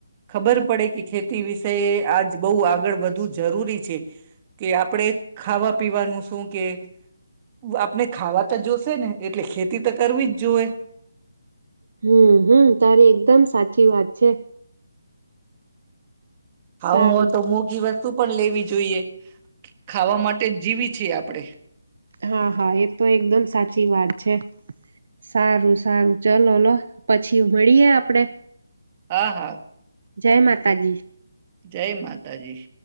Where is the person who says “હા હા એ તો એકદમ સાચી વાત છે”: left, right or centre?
Right